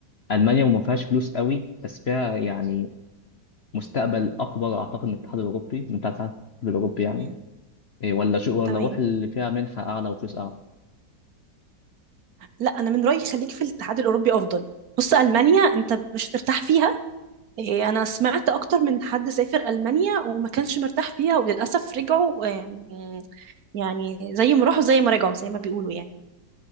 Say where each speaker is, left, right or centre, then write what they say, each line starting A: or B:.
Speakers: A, on the left; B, on the right.
A: المانيا وما فيهاش فلوس قوي بس فيها يعني مستقبل اكبر اعتقد من الاتحاد الاوروبي من بتاعت الاتحاد الاوروبي يعني
B: مم.
A: إيه ولا شو ولا
B: تمام
A: اروح اللي فيها منحة اعلى وفلوس اعلى
B: لا انا من رأيي خليك في الاتحاد الاوروبي افضل بص المانيا انت مش هترتاح فيها إيه، انا سمعت اكتر من حد سافر المانيا وما كانش مرتاح فيها وللاسف رجعوا آم، يعني زي ما راحوا زي ما رجعوا زي ما بيقولوا يعني